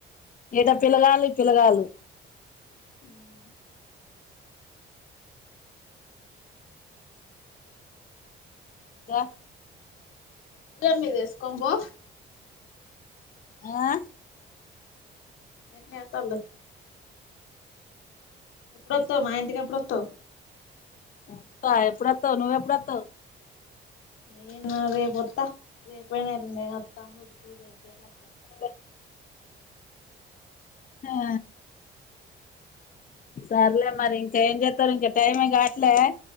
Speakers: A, on the left; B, on the left.
A: ఏడ పిలగాల్లుకి పిలగాల్లు.
B: ఆ
A: ఇంకా.
B: భుజం మీదెసుకోనిబో.
A: ఆ.
B: ఏం జేత్తలు ఎప్పుడొత్తవ్ మా ఇంటికెప్పుడొత్తవ్
A: ఒత్త ఎప్పుడొత్తవ్ నువెప్పుడొత్తవ్
B: నేను రేపొత్తా రేపైనా ఎళ్ళుండైన ఒత్తా <unintelligible> సూది ఏపియల్ల అప్పుడు వత్తా
A: అదే ఆ సర్లే మరి ఇంకా ఏం జేత్తలు ఇంక టైమే గాట్లే